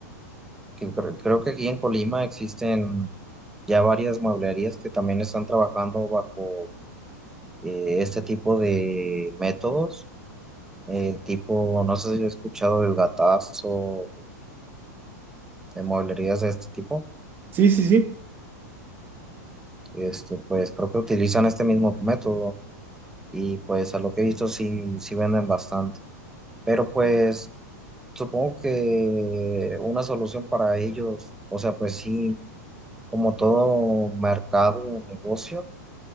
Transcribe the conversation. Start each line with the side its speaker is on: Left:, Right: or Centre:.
Centre: que cre- creo que aquí en Colima existen ya varias mueblerías que también están trabajando bajo eh, este tipo de métodos, eh, tipo, no sé si he escuchado el gatazo, de mueblerías de este tipo,
Right: Sí, sí, sí,
Centre: este, pues creo que utilizan este mismo método y pues a lo que he visto sí, sí venden bastante, pero pues supongo que una solución para ellos, o sea, pues sí, como todo mercado o negocio